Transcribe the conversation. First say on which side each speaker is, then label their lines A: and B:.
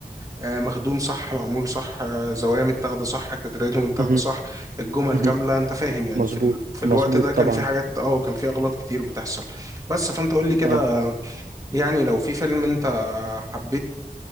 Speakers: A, on the right; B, on the right.
A: آه، مخدوم صح معمول صح آه، زوايا متاخدة صح كادراته متاخدة
B: امم
A: صح الجمل
B: امم
A: كاملة أنت فاهم يعني
B: مظبوط
A: في ال... في
B: مظبوط
A: الوقت ده كان
B: طبعا
A: في حاجات اه كان في أغلاط كتير بتحصل بس فأنت قول لي كده
B: اه
A: يعني لو في فيلم انت حبيت